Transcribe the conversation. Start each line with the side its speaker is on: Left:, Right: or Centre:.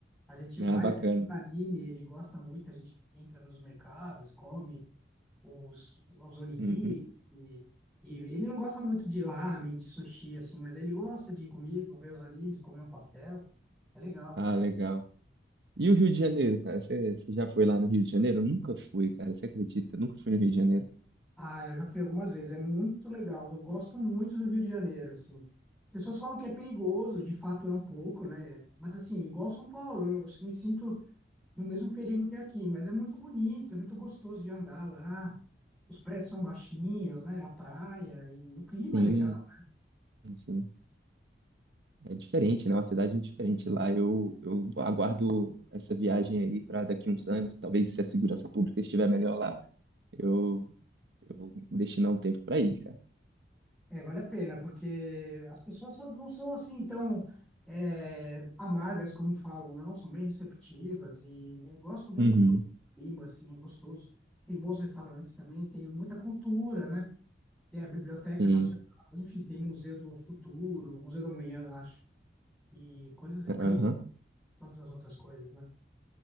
Centre: A gente vai,
Right: Ah, bacana.
Centre: ele é todo anime, ele gosta muito, a gente entra nos mercados, come. os, os onigiri.
Right: Uhum.
Centre: E, e ele não gosta muito de ramen, de sushi, assim, mas ele gosta de ir comigo, ver os animes, comer um pastel. É legal.
Right: Ah, legal. E o Rio de Janeiro, cara? Você você já foi lá no Rio de Janeiro? Eu nunca fui, cara. Você acredita? Eu nunca fui no Rio de Janeiro.
Centre: Ah, eu já fui algumas vezes, é muito legal. Eu gosto muito do Rio de Janeiro, assim. As pessoas falam que é perigoso, de fato é um pouco, né? Mas assim, igual São Paulo, eu me sinto no mesmo perigo que aqui, mas é muito bonito, é muito gostoso de andar lá. Os prédios são baixinhos, né? A praia e o clima
Right: Sim,
Centre: é legal.
Right: sim. É diferente, né? Uma cidade diferente lá. Eu, eu aguardo essa viagem aí para daqui uns anos. Talvez se a segurança pública estiver melhor lá, eu, eu vou destinar um tempo para ir, cara.
Centre: É, vale a pena, porque as pessoas só- não são assim tão é, amargas como falam, não, são bem receptivas e eu gosto muito
Right: Uhum.
Centre: do clima, assim, é gostoso. Tem bons restaurantes também, tem muita cultura, né? Tem a Biblioteca
Right: Sim.
Centre: Nacional, enfim, tem Museu do Futuro, Museu do Amanhã, acho, e coisas, o
Right: Aham.
Centre: Cristo, todas as outras coisas, né?